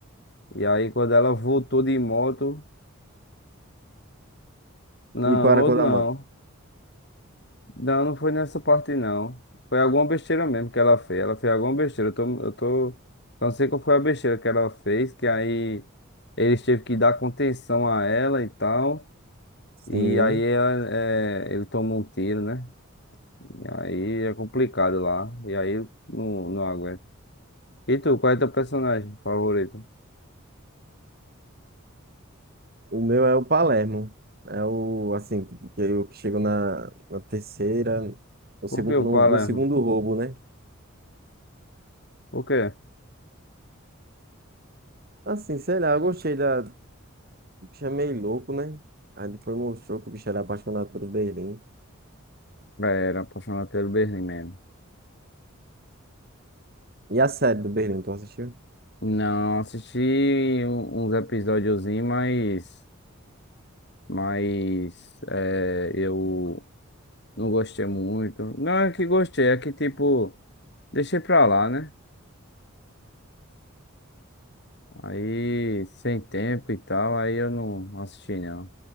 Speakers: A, on the left (about 50°); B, on the right (about 45°).
A: E aí quando ela voltou de moto, não,
B: E qual era
A: ou
B: a cor
A: não,
B: da moto?
A: não, não foi nessa parte não. Foi alguma besteira mesmo que ela fez. Ela fez alguma besteira. Eu tô, eu tô, não sei qual foi a besteira que ela fez, que aí eles teve que dar contenção a ela e tal.
B: Sim.
A: E aí ela, é, ele tomou um tiro, né? E aí é complicado lá. E aí não, não aguenta. E tu, qual é teu personagem favorito?
B: O meu é o Palermo. É o, assim, que eu chego na, na terceira, no,
A: Por
B: segun-
A: que o
B: no,
A: Palermo?
B: no segundo roubo, né?
A: Por quê?
B: Assim, sei lá, eu gostei da, bicho é meio louco, né? Aí depois mostrou que o bicho era apaixonado pelo Berlim.
A: É, Era apaixonado pelo Berlim, mano.
B: E a série do Berlim, tu assistiu?
A: Não assisti um- uns episódiozinhos, mas, mas é, eu não gostei muito. Não é que gostei, é que tipo, deixei pra lá, né? Aí, sem tempo e tal, aí eu não assisti, não.